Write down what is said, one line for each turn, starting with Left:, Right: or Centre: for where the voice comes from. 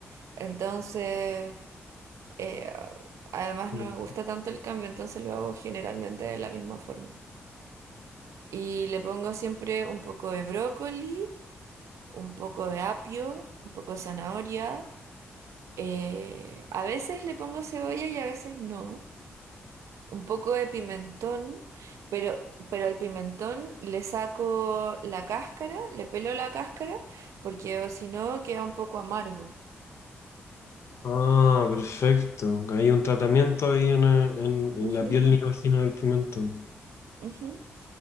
Right: Entonces, eh, además
Left: Ujú.
Right: no me gusta tanto el cambio, entonces lo hago generalmente de la misma forma. Y le pongo siempre un poco de brócoli, un poco de apio, un poco de zanahoria. eh, a veces le pongo cebolla y a veces no. Un poco de pimentón, pero, pero al pimentón le saco la cáscara, le pelo la cáscara, porque o si no queda un poco amargo.
Left: Ah, perfecto. Hay un tratamiento ahí en, eh, en, en
Right: Ujú,
Left: la piel niógena del pimentón.
Right: ujú.